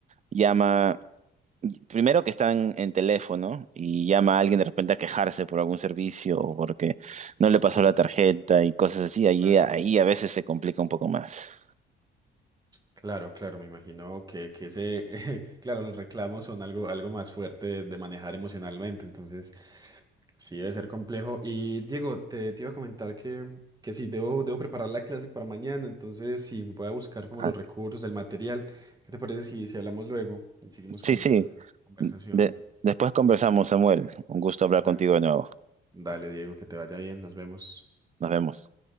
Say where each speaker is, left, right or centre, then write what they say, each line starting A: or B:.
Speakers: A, on the right; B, on the right.
A: llama, primero que están en teléfono y llama a alguien de repente a quejarse por algún servicio o porque no le pasó
B: ah,
A: la tarjeta y cosas así. Ahí,
B: claro.
A: ahí a veces se complica un poco más.
B: Claro, claro, me imagino que, que ese, <laughs> claro, los reclamos son algo, algo más fuerte de, de manejar emocionalmente, entonces... Sí, debe ser complejo. Y Diego, te, te iba a comentar que, que sí, debo, debo preparar la clase para mañana, entonces sí, voy a buscar como
A: Ah,
B: los recursos, el material. ¿Qué te parece si, si hablamos luego y seguimos
A: sí,
B: con
A: sí.
B: nuestra conversación?
A: De- después conversamos, Samuel. Un gusto hablar
B: Dale.
A: contigo de nuevo.
B: Dale, Diego, que te vaya bien, nos vemos.
A: Nos vemos.